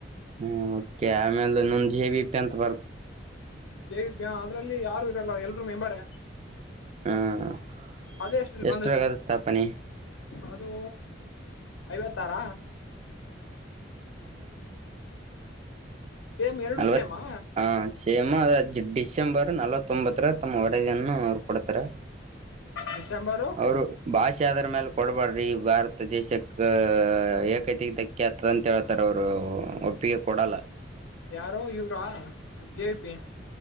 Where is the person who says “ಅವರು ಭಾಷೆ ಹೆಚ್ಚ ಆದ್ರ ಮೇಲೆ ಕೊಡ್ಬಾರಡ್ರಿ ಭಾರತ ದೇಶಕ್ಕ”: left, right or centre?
Right